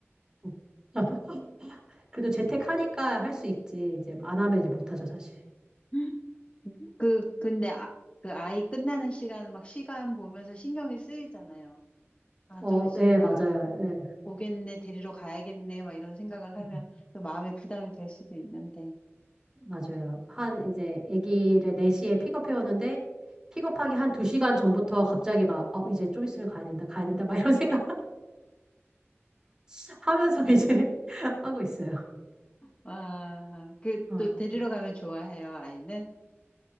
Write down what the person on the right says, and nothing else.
음. <laughs> 그래도 재택하니까 할 수 있지. 이제 안 하면 이제 못하죠, 사실.
어,
네,
맞아요. 예.
네.
맞아요. 한 이제 아기를 4시에 픽업해 오는데 픽업하기 한 2시간 전부터 갑자기 막 어, 이제 좀 있으면 가야 된다. 가야 된다. 막 이런 생각 <laughs> 하면서 이제 <laughs> 하고 있어요.
어.